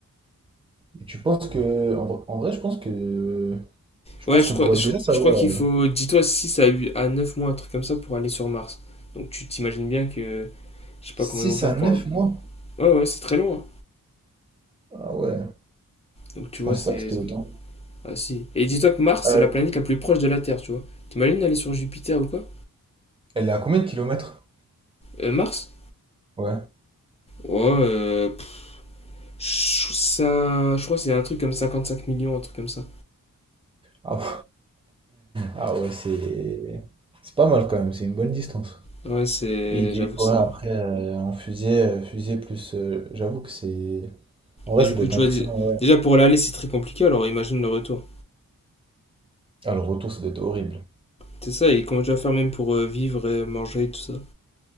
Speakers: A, on the right (about 15°); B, on the left (about 15°).
A: Et tu penses que. En, vrai, en vrai, je pense que. Je
B: Ouais,
A: pense
B: je
A: qu'on
B: crois,
A: pourrait
B: je,
A: déjà savoir.
B: je crois qu'il
A: euh,
B: faut, dis-toi, six à, neuf mois, un truc comme ça, pour aller sur Mars. Donc tu t'imagines bien que. Je sais pas
A: six
B: comment ils vont faire
A: à 9
B: pour.
A: mois?
B: Ouais, ouais, c'est très long, hein.
A: Ah ouais.
B: Donc tu
A: Je
B: vois,
A: pensais
B: c'est.
A: pas que c'était autant.
B: Ah si. Et dis-toi que Mars,
A: Euh,
B: c'est la planète la plus proche de la Terre, tu vois. T'imagines d'aller sur Jupiter ou quoi
A: Elle est à combien de kilomètres?
B: Euh, Mars
A: Ouais.
B: Ouais, euh, pff, ça, je crois que c'est un truc comme 55 millions, un truc comme ça.
A: Ah ouais. Ah ouais, c'est c'est pas mal quand même, c'est une bonne distance.
B: Ouais, c'est.
A: Et il
B: J'avoue
A: est-
B: que
A: ouais,
B: c'est.
A: après, euh, en fusée, euh, fusée plus. euh, j'avoue que c'est. En vrai,
B: Mais
A: ça
B: du
A: doit
B: coup,
A: être
B: tu
A: impressionnant,
B: vois,
A: ouais.
B: déjà pour l'aller, c'est très compliqué, alors imagine le retour.
A: Ah, le retour, ça doit être horrible.
B: C'est ça, et comment tu vas faire même pour euh, vivre, et manger, tout ça